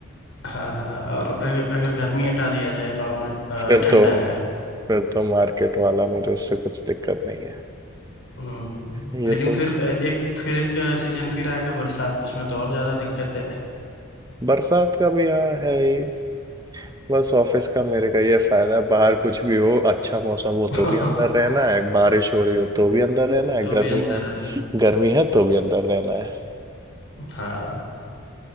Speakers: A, on the left; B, on the right.
A: हाँ हाँ और अगर अगर गर्मी हटा दिया जाए नॉर्मल
B: फिर
A: ठंडा
B: तो
A: है
B: फिर तो मार्केट वाला मुझे उससे कुछ दिक्कत नहीं है
A: हम्म, हम्म।
B: ये
A: लेकिन
B: तो
A: फिर अ, एक फिर एक सीजन फिर आएगा बरसात तो उसमें तो और ज़्यादा दिक्कत है
B: बरसात का भी यहाँ है ही बस ऑफिस का मेरे का ये फायदा है, बाहर कुछ भी हो अच्छा मौसम हो
A: <laughs>
B: तो भी अंदर रहना है बारिश हो रही हो तो भी अंदर रहना है
A: तो
B: गर्मी
A: भी अंदर
B: हो
A: रहना
B: गर्मी है तो भी अंदर रहना है
A: हाँ